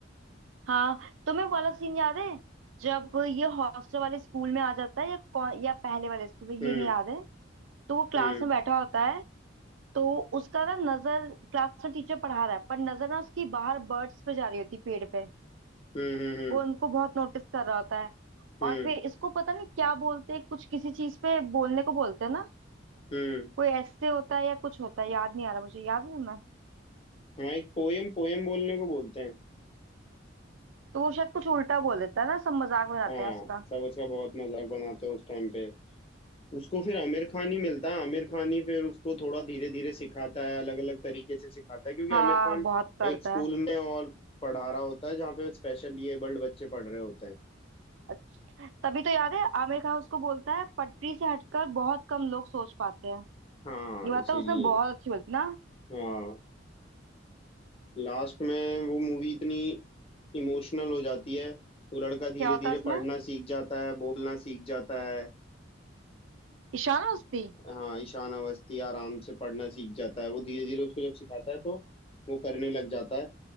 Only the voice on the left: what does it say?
हम्म
हम्म
हम्म हम्म
हम्म
हम्म हम्म।
हाँ एक पोयम पोयम बोलने को बोलते हैं
हाँ
सब उसका बहुत मजाक बनाते हैं उस टाइम पे उसको फिर आमिर खान ही मिलता है आमिर खान ही फिर उसको थोड़ा धीरे धीरे सिखाता है अलग अलग तरीके से सिखाता है क्योंकि
आमिर खान
एक स्कूल
में और पढ़ा रहा होता है जहाँ पे स्पेशली एबल्ड बच्चे पढ़ रहे होते हैं
हाँ
इसीलिए
हाँ लास्ट में वो मूवी इतनी इमोशनल हो जाती है वो लड़का
धीरे
धीरे
पढ़ना सीख जाता है बोलना सीख जाता है
हाँ ईशान अवस्थी आराम से पढ़ना सीख जाता है वो धीरे धीरे उसको जब सिखाता है तो वो करने लग जाता है